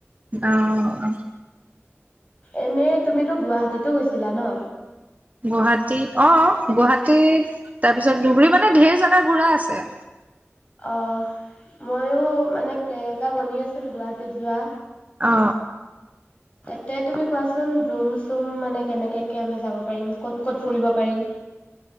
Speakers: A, on the right; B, on the left.
A: আৱ
B: এনেই তুমিতো গুৱাহাটীতো গৈছিলা ন?
A: গুৱাহাটীত অৱ গুৱাহাটীত তাৰপিছত ধুবুৰী মানে ধেই জাগা ঘূৰা আছে।
B: অহ ময়ো মানে প্লেইন এটা বনি আছিল গুৱাহাটীত যোৱা।
A: অ
B: তাতে তুমি কোৱাচোন ৰুম চুম মানে কেনেকাকে আমি যাব পাৰিম ক'ত ক'ত ফুৰিব পাৰিম?